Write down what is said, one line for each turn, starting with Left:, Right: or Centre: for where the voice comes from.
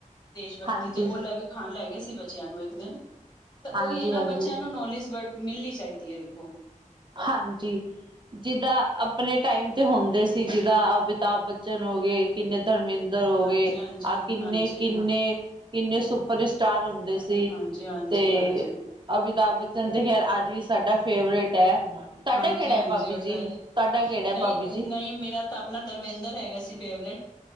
Left: ਦੇਸ਼ ਭਕਤੀ
Right: ਹਾਂਜੀ
Left: ਤੇ ਉਹ ਲੈ ਵੀ ਖਾਣ ਲੈ ਗਏ ਸੀ ਬੱਚਿਆਂ ਨੂੰ। ਤਾਂ
Right: ਹਾਂਜੀ
Left: ਉਹੀ ਹੈ ਨਾ,
Right: ਹਾਂਜੀ
Left: ਬੱਚਿਆਂ ਨੂੰ ਨੌਲੇਜ ਬ ਮਿਲਣੀ ਚਾਹੀਦੀ ਹੈ ਵਖੋ।
Right: ਹਾਂਜੀ। ਜਿਦਾਂ ਆਪਣੇ ਟਾਈਮ ਤੇ ਹੁੰਦੇ ਸੀ ਜਿੱਦਾਂ, ਅਮਿਤਾਭ ਬੱਚਨ ਹੋ ਗਏ, ਕਿੰਨੇ ਧਰਮਿੰਦਰ ਹੋ
Left: ਹਾਂਜੀ
Right: ਗਏ।
Left: ਹਾਂਜੀ
Right: ਆਹ ਕਿੰਨੇ-
Left: ਹਾਂਜੀ
Right: ਕਿੰਨੇ- ਕਿੰਨੇ ਸੁਪਰ ਸਟਾਰ ਹੁੰਦੇ ਸੀ।
Left: ਹਾਂਜੀ -ਹਾਂਜੀ-
Right: ਤੇ
Left: ਹਾਂਜੀ।
Right: ਅਮਿਤਾਭ ਬੱਚਨ ਤੇ ਖੈਰ ਅੱਜ ਵੀ ਸਾਡਾ ਫੇਵਰੇਟ ਹੈ। ਤੁਹਾਡਾ
Left: ਹਾਂਜੀ
Right: ਕਿਹੜਾ
Left: -ਹਾਂਜੀ।
Right: ਹੈ ਭਾਬੀ
Left: ਉਹ
Right: ਜੀ
Left: ਤਾਂ
Right: ਤੁਹਾਡਾ
Left: ਹੀ
Right: ਕਿਹੜਾ ਹੈ
Left: ਨਹੀਂ-
Right: ਭਾਬੀ ਜੀ
Left: ਨਹੀਂ ਮੇਰਾ ਤਾਂ ਆਪਣਾ ਧਰਮਿੰਦਰ ਹੈਗਾ ਸੀ ਫੇਵਰੇਟ।